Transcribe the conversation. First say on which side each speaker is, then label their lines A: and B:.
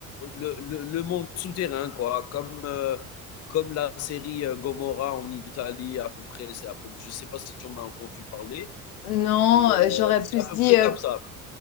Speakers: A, on the left; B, on the left.
A: le le le monde souterrain quoi, comme, heu, comme la série, heu, Gomorrah en Italie à peu près, c'est à peu je sais pas si tu en as entendu parler
B: Non,
A: et heu,
B: euh, j'aurais
A: c'est
B: plus
A: à peu
B: dit.
A: près
B: euh,
A: comme ça.